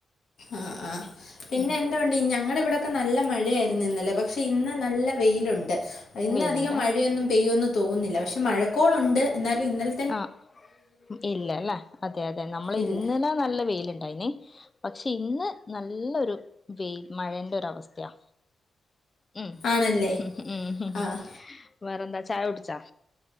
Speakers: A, on the left (about 60°); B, on the left (about 20°).
A: ആഹ് ആഹ് പിന്നെ
B: ഉം
A: എന്ത എന്തോണ്ട് ഞങ്ങൾടെ ഇവിടെയൊക്കെ നല്ല മഴയായിരുന്നു ഇന്നലെ പക്ഷെ ഇന്ന് നല്ല വെയിലുണ്ട് ഇന്നധികം
B: വെയിലുണ്ട്
A: മഴയൊന്നും പെയ്യൊന്നും തോന്നുന്നില്ല പക്ഷെ മഴക്കോളുണ്ട് എന്നാലും ഇന്നല
B: ആഹ് ഇല്ലല്ലേ അതെ അതെ നമ്മൾ
A: ഇല്ല
B: ഇന്നല നല്ല വെയിലുണ്ടായിന് പക്ഷെ ഇന്ന് നല്ലൊരു വെൽ മഴേന്റെ ഒരവസ്ഥയാ ഉം
A: ആണല്ലേ
B: ഉം
A: ആഹ്
B: വേറെന്താ ചായ കുടിച്ചാ